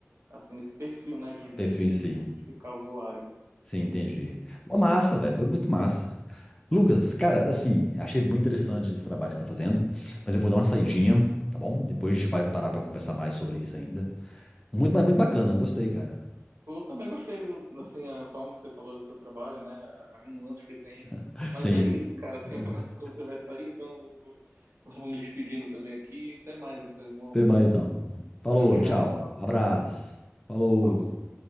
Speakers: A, on the right; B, on the left.
A: assim esse perfil, né, de,
B: O perfil
A: de,
B: em si.
A: de identificar o usuário.
B: Sim, entendi. Uma massa, velho, muito massa. Lucas, cara, assim, achei muito interessante esse trabalho que você tá fazendo, mas eu vou dar uma saidinha, tá bom? Depois a gente vai parar pra conversar mais sobre isso ainda. Muito, ba- muito bacana, gostei, cara.
A: Eu também gostei do, assim, a forma que você falou do seu trabalho, né? As nuances que tem.
B: <laughs>
A: Mas
B: Sim.
A: é isso, cara. Assim,
B: É,
A: <laughs> quando você vai sair, então eu vou, eu vou me despedindo também aqui. Até mais, então, irmão.
B: Até mais então. Falou,
A: Tchau, tchau.
B: tchau.
A: Valeu.
B: Abraço. Falou.
A: Falou.